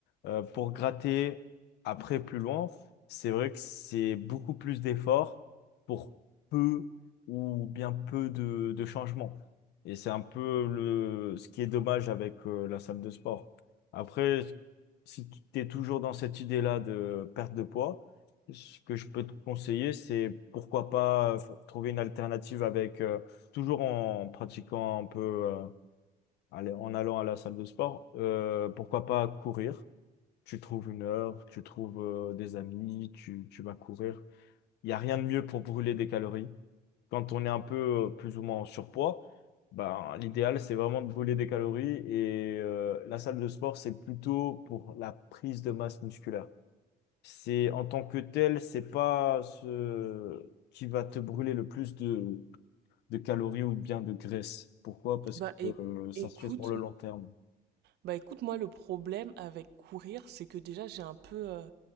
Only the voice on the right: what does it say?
Bah,
éc-
écoute,
bah, écoute, moi, le problème avec courir, c'est que déjà, j'ai un peu.